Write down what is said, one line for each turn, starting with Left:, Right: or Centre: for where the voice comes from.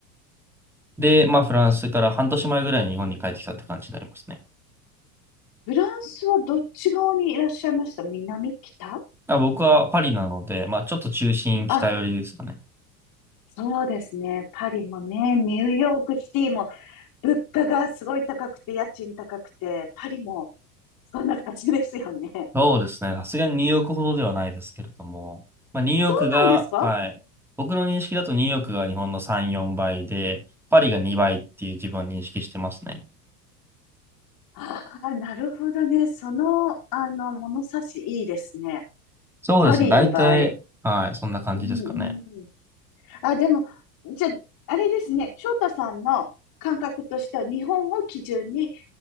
Centre: で、まあ、フランスから半年前ぐらいに日本に帰ってきたって感じになりますね。
Left: フランスはどっち側にいらっしゃいました南、北
Centre: あ、僕はパリなので、まあ、ちょっと中心北寄りですかね。
Left: あ、そうですね。パリもね、ニューヨークシティも物価がすごい高くて、家賃高くて、パリもそんな感じですよね。
Centre: そうですね。さすがにニューヨークほどではないですけれども、まあ、ニューヨークが、
Left: そうなんですか
Centre: はい。僕の認識だとニューヨークが日本の3、4倍で、パリが2倍っていう自分は認識してますね。
Left: ああ、なるほどね。その、あの、物差しいいですね。
Centre: そうですね。
Left: パリ2倍。
Centre: 大体、はい。そんな感じですかね。
Left: うんうん。あ、でも、じゃあ、あれですね。翔太さんの感覚としては、日本を基準に、